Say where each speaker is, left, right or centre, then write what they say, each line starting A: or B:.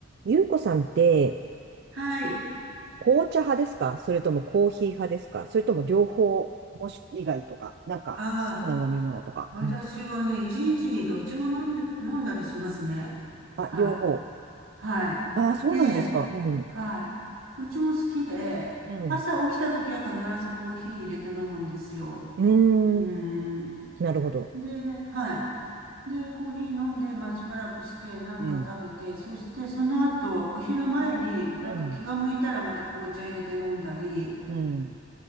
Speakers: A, on the right (about 55°); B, on the right (about 85°).
A: ゆうこさんって、
B: はい。
A: 紅茶派ですかそれともコーヒー派ですかそれとも両方、もし以外とか、なんか好きな飲み物とか。
B: ああ、私はね、
A: うん、
B: 一日にどっちも飲んで、飲んだりしますね。
A: あ、
B: はい。
A: 両方。
B: はい。
A: ああ、そうなんですか。
B: で、
A: うん。
B: はい。どっちも好きで、
A: うん。
B: 朝起きた時は必ずコーヒー入れて飲むんですよ。
A: う
B: うー
A: ーん。
B: ん。
A: なるほど。
B: で、はい。で、コーヒー飲んで、まあ、しばらくして、なんか食べて、
A: うん。
B: そしてその後、お昼前になんか気が向いたらまた紅茶入れて飲んだり
A: うん。うん。